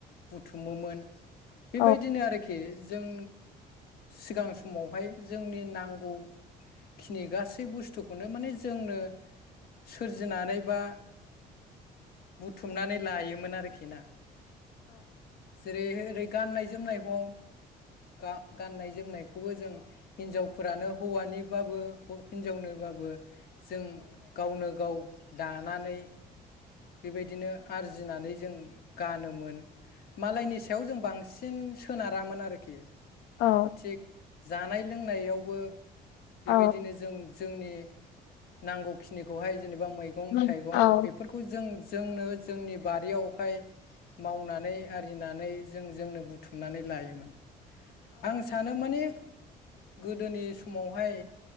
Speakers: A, on the left (about 65°); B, on the left (about 90°).
A: बुथुमोमोन। बेबायदिनो
B: औ
A: आरोखि जों सिगां समावहाय जोंनि नांगौ। खिनि गासै बुस्थुखौनो माने जोंनो सोरजिनानै बा बुथुमनानै लायोमोन आरोखि ना। जेरै ओरै गाननाय जोमनायखौ। गा गाननाय जोमनायखौबो जों हिनजावफोरानो हौवानि बाबो हिनजावनोबाबो जों गावनो गाव दानानै बेबायदिनो आरजिनानै जों गानोमोन। मालायनि सायाव जों बांसिन सोनारामोन आरोखि।
B: औ
A: थिग जानाय लोंनायावबो बेबायदिनो
B: औ
A: जों जोंनि नांगौखिनिखौहाय जेनेबा मैगं
B: नंगौ
A: थाइगं
B: औ औ
A: बेफोरखौ जों जोंनो जोंनि बारियाव खौहाय मावनानै आरिनानै जों जोंनो बुथुमनानै लायोमोन। आं सानो माने गोदोनि समावहाय